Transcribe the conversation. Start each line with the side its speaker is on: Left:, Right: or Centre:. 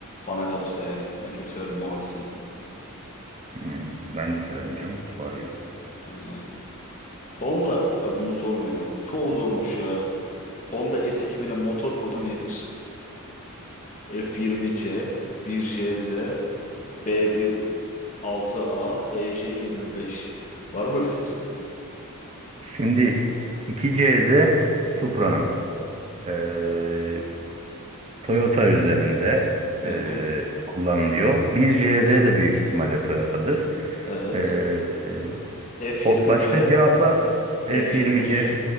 Left: Bana kalırsa yani. Ben çok severim mavisini.
Right: Hmm, ben de severim canım Subaru'yu.
Left: Ee, Honda e, bunu sormayayım ya. Bu çok zormuş ya. Honda S2000'in motor kodu nedir? F20C, 1JZ, b bir altı a EJ beş Var mı bu fikrin?
Right: Şimdi 2CZ Supra'nın eee, Toyota üzerinde eee,
Left: Hı hı.
Right: kullanılıyor. 1CZ de büyük ihtimalle Toyota'dır.
Left: Evet.
Right: Eee, eee,
Left: f
Right: o-
Left: yirmi
Right: başka
Left: c
Right: cevaplar F20C,
Left: f yirmi c